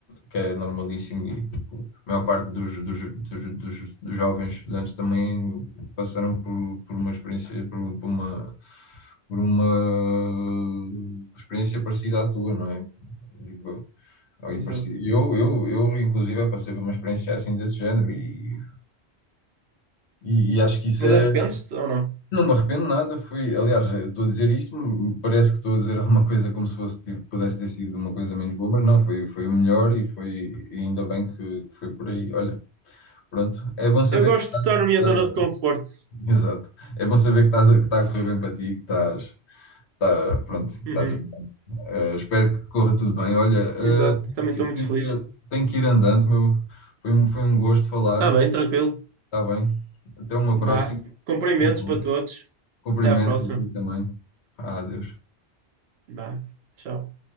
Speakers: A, on the left; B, on the right.
A: que é normalíssimo e tipo, a maior parte dos, dos, dos, dos, dos jovens estudantes também passaram por, por uma experiência, por, por uma, por uma experiência parecida à tua, não é? Digo eu. Ou
B: Exato.
A: e parecida. Eu, eu, eu, inclusive, passei por uma experiência assim desse género e, e, e acho que isso
B: Mas
A: é.
B: arrependes-te ou não?
A: Não me arrependo de nada, foi, aliás, eu estou a dizer isto, m- parece que estou a dizer alguma coisa como se fosse, tipo, pudesse ter sido uma coisa menos boa, mas não, foi, foi o melhor e foi, e ainda bem que, que foi por aí. Olha, pronto, é bom saber
B: Eu gosto
A: que estás,
B: de estar
A: <laughs> estás-
B: na minha zona de conforto.
A: exato, é bom saber que estás, a- que está a correr bem para ti, que estás, está, pronto, que
B: Uhum,
A: está tudo bem. Eh, espero que corra tudo bem. Olha, eh,
B: Exato, também
A: tenho
B: estou muito
A: que tenho
B: feliz.
A: que ir, a- tenho que ir andando, meu, foi um, foi um gosto falarmos,
B: Está bem, tranquilo.
A: está bem, até uma
B: Vá.
A: próxima,
B: Cumprimentos
A: tudo bom.
B: para todos.
A: Cumprimento
B: Até à próxima.
A: aqui também. Ah, Deus.
B: Vá. Tchau.